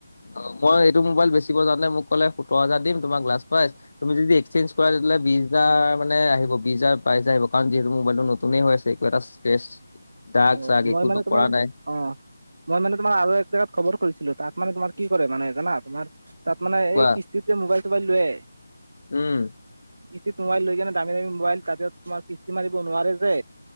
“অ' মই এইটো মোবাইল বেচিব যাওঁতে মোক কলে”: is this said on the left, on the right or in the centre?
Left